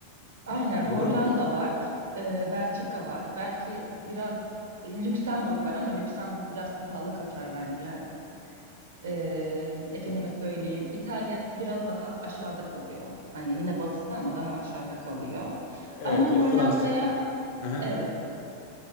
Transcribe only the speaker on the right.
Aynen
Hollanda
var. Ee, Belçika var. Belki biraz Lüksemburg var ama Lüksemburg biraz pahalı kaçar bence. Ee, efendime söyleyeyim İtalya biraz daha aşağıda kalıyor. Hani yine batısı ama daha aşağıda kalıyor.
Ama Hollanda'ya
evet